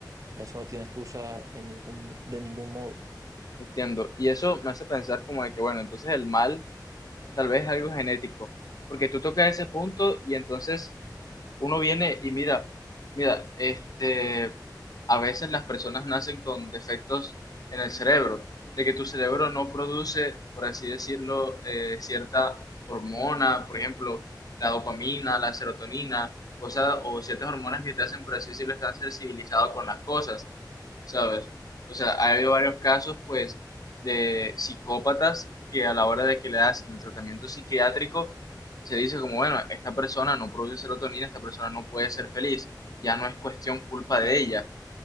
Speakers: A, on the right; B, on the left.
A: eso no tiene excusa en ningún, de ningún modo.
B: entiendo. Y eso me hace pensar como de que, bueno, entonces el mal tal vez es algo genético, porque tú tocas ese punto y entonces uno viene y mira, mira, este, a veces las personas nacen con defectos en el cerebro, de que tu cerebro no produce, por así decirlo, eh, cierta hormona, por ejemplo, la dopamina, la serotonina, cosas o ciertas hormonas que te hacen, por así decirlo, estar sensibilizado con las cosas. ¿sabes? O sea, ha habido varios casos, pues, de psicópatas que a la hora de que le hacen el tratamiento psiquiátrico, se dice como, bueno, esta persona no produce serotonina, esta persona no puede ser feliz, ya no es cuestión culpa de ella,